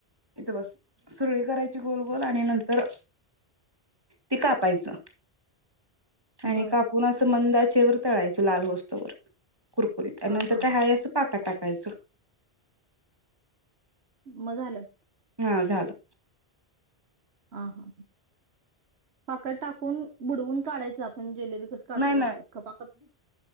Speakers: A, on the right; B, on the right.
A: इथं बस सुरळी करायची गोल गोल आणि नंतर ते कापायचं आणि
B: बर
A: कापून असं मंद आचेवर तळायचं लाल होस्तोवर कुरकुरीत
B: हा
A: नंतर
B: हा
A: काय
B: हा
A: आहे असं पाकात टाकायचं.
B: मग झालं
A: हा झालं
B: आ. हा. पाकत टाकून बुडवून काढायचं आपण जेलेबी कस काढतोय
A: नाही
B: तशी का पाकात